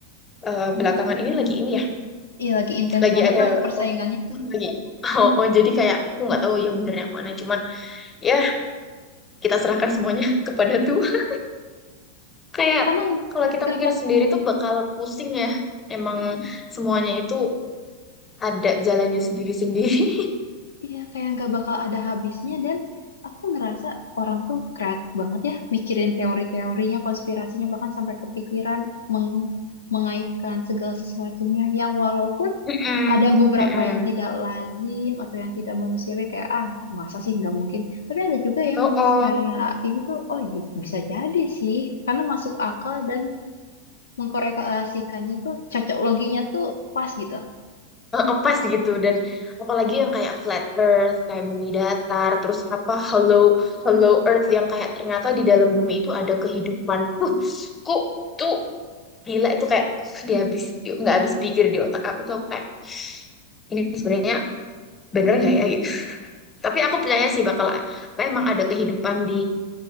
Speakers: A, on the left; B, on the left.
A: eh, belakangan ini lagi ini ya,
B: Iya lagi intens
A: lagi
B: banget
A: ada
B: lah
A: Ya,
B: persaingannya.
A: <laughs> lagi. Oh, oh, jadi kayak aku nggak tahu yang bener yang mana. Cuman ya kita serahkan semuanya <laughs> kepada Tuhan. Kayak
B: Karena
A: kalau kita
B: gak
A: mikir
B: bak
A: sendiri tuh bakal pusing ya. Emang
B: Mm-mm.
A: semuanya itu ada jalannya sendiri-sendiri.
B: Iya, kayak nggak bakal ada habisnya dan aku ngerasa orang tuh kreatif banget ya mikirin teori-teorinya, konspirasinya bahkan sampai kepikiran meng- mengaitkan segala sesuatunya yang walaupun
A: Mm-mm,
B: ada beberapa
A: mm-mm.
B: yang tidak lazim atau yang tidak manusiawi kayak ah masa sih nggak mungkin tapi ada juga yang
A: Oh, oh.
B: secara ini tuh oh iya, bisa jadi sih karena masuk akal dan mengkorelasikannya tuh cocok loginya tuh pas gitu
A: Eh, eh, pas gitu dan apalagi yang kayak flat earth kayak bumi datar terus apa hollow hollow earth yang kayak ternyata di dalam bumi itu ada kehidupan uh kok tuh gila itu kayak dia habis nggak habis pikir di otak aku tuh aku kayak ini sebenarnya bener nggak ya gitu <laughs> tapi aku percaya sih bakal apa emang ada kehidupan di